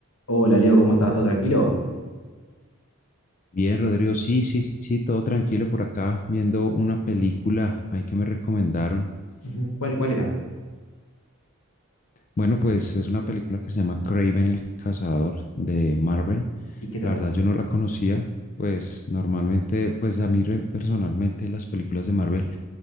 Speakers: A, on the left; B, on the left.
A: Hola Leo, ¿cómo estás? ¿Todo tranquilo?
B: Bien, Rodrigo, sí, sí, sí, todo tranquilo por acá, viendo una película ahí que me recomendaron.
A: Ujú, ¿Cuál, cuál era?
B: Bueno, pues es una película que se llama Craven el Cazador de Marvel.
A: ¿Y qué trata?
B: La verdad, yo no la conocía, pues normalmente, pues a mí re- personalmente las películas de Marvel,